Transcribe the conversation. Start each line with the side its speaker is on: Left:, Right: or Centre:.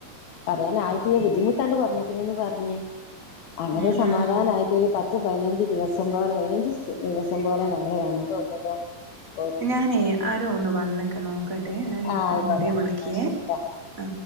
Left: പറയാൻ ആയിട്ടില്ല ബുദ്ധിമുട്ടാണ്ട് പറഞ്ഞിരിക്കുന്നന്ന് പറഞ്ഞ് അങ്ങനെ
Right: ഉം
Left: സമാധാനയിട്ടൊരു
Right: ഉം
Left: പത്ത് പത്ത് പതിനഞ്ച് ദിവസം പോലെ പതിനഞ്ച് ദിവസം പോലെ ഞങ്ങള് രണ്ടുട്ടരും
Right: ഞാനേ, ആരോ ഒന്ന് വന്നൊക്കെ നോക്കട്ടെ, ഞാനിപ്പം
Left: ആഹ് ആയിക്കോട്ടെ
Right: അങ്ങോട്ടേ വിളിക്കിയേ.
Left: എന്നാ ശരിട്ടാ
Right: ആ